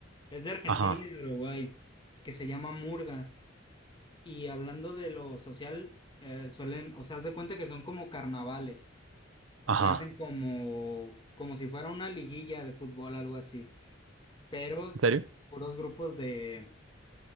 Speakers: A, on the left (about 25°); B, on the right (about 80°).
A: Es de Argentina
B: ajá,
A: y de Uruguay, que se llama murga. Y hablando de lo social, eh, suelen, o sea, haz de cuenta que son como carnavales
B: ajá.
A: y hacen como, como si fuera una liguilla de fútbol, algo así, pero
B: ¿En serio?
A: puros grupos de,